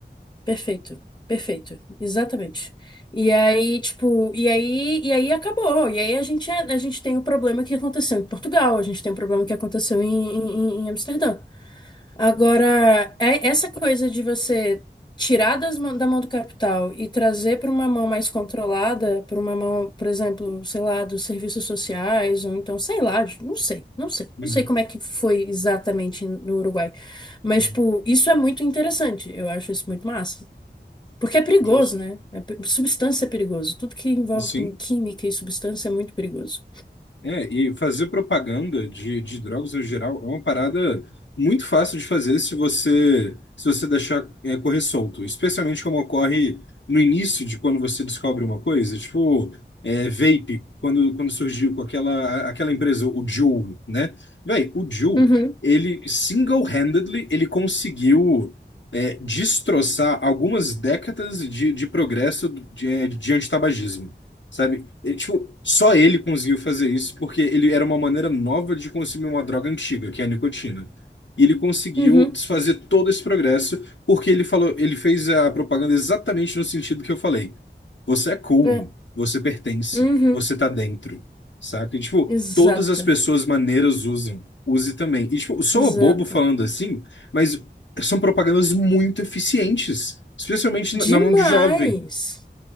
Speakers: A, on the left (about 25°); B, on the left (about 80°).
A: perfeito, perfeito, exatamente. E aí, tipo, e aí, e aí acabou. E aí a gente, é, a gente tem o problema que aconteceu em Portugal, a gente tem o problema que aconteceu em, em, em Amsterdã. Agora, é- essa coisa de você tirar das mã- da mão do capital e trazer para uma mão mais controlada, para uma mão, por exemplo, sei lá, dos serviços sociais, ou então, sei lá, de- não sei, não sei,
B: Uhum,
A: não sei como é que foi exatamente no Uruguai. Mas,
B: uhum.
A: tipo, isso é muito interessante, eu acho isso muito massa. Porque é perigoso,
B: Justo.
A: né? É pe- substância é perigoso. Tudo que envolve
B: Sim.
A: com química e substância é muito perigoso.
B: É, e fazer propaganda de, de drogas no geral é uma parada muito fácil de fazer se você se você deixar é, correr solto, especialmente como ocorre no início de quando você descobre uma coisa, tipo é, vape, quando, quando surgiu com aquela, aquela empresa, o Juul, né? Véi, o Juul,
A: Uhum,
B: ele single-handedly, ele conseguiu é, destroçar algumas décadas de, de progresso de, de antitabagismo. Sabe? E, tipo, só ele conseguiu fazer isso porque ele era uma maneira nova de consumir uma droga antiga, que é a nicotina. E ele conseguiu
A: uhum,
B: desfazer todo esse progresso porque ele falou, ele fez a propaganda exatamente no sentido que eu falei. Você é cool,
A: é,
B: você pertence,
A: uhum,
B: você tá dentro, saca? E, tipo,
A: exato,
B: todas as pessoas maneiras usam, use também. E, tipo, sou
A: exato.
B: bobo falando assim, mas são propagandas muito eficientes, especialmente
A: Demais!
B: na na mão de jovem.